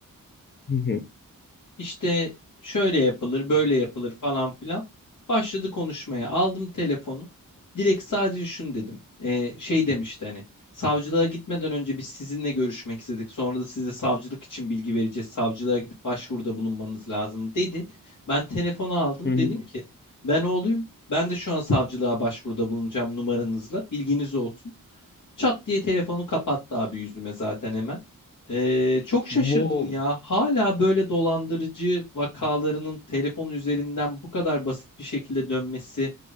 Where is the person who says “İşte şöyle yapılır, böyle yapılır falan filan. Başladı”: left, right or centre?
Left